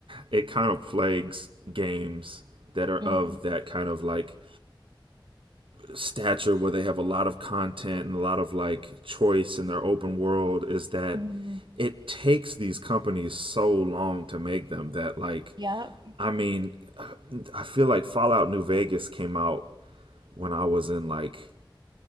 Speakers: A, on the right; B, on the right.
A: it kind of plagues games that are of
B: Mhm.
A: that kind of like stature where they have a lot of content and a lot of like choice in their open world is that
B: Mhm.
A: it takes these companies so long to make them that like
B: Yep.
A: I mean I feel like Fallout New Vegas came out when I was in like